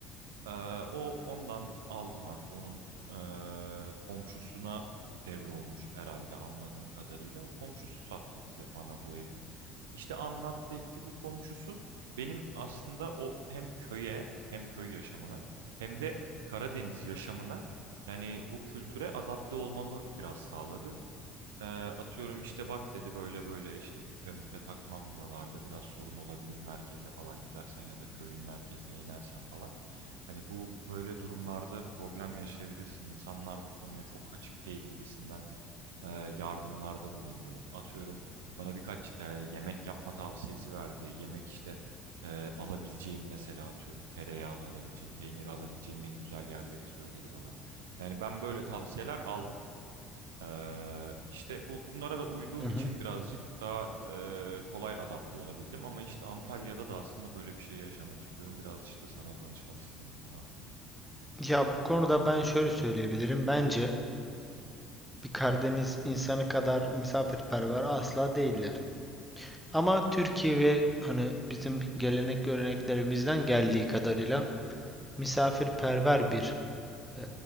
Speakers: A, on the right; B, in the centre.
A: Ee, o ondan aldım artık. Onun ee, komşusuna devrolmuş herhalde anladığım kadarıyla. O komşusu sattı bize bana bu evi. İşte anlattı etti bu komşusu. Benim aslında o hem köye hem köy yaşamına hem de Karadeniz yaşamına yani bu kültüre adapte olmamı biraz sağladı. Ee, atıyorum işte bak dedi böyle böyle işte küpe müpe takmam buralarda biraz sorun olabilir merkeze falan gidersen ya da köyün merkezine inersen falan. Hani bu böyle durumlarda problem yaşayabilirsin. İnsanlar bu konuya çok açık değil gibisinden e, yardımlarda bulundu. Atıyorum bana birkaç e, yemek yapma tavsiyesi verdi. Yemek işte e, alabileceğim mesela atıyorum tereyağını alabileceğim, peyniri alabileceğim en güzel yerleri söyledi bana. Yani ben böyle tavsiyeler aldım. Ee, işte bu bunlara da uyduğum
B: Hı hı.
A: için birazcık daha e, kolay adapte olabildim ama işte Antalya'da da aslında böyle bir şey yaşamak istiyorum. Biraz işte sana danışmak istedim bu konu hakkında.
B: Ya bu konuda ben şöyle söyleyebilirim. Bence bir Karadeniz insanı kadar misafirperver asla değiller. Ama Türkiye ve hani bizim gelenek göreneklerimizden geldiği kadarıyla misafirperver bir eee,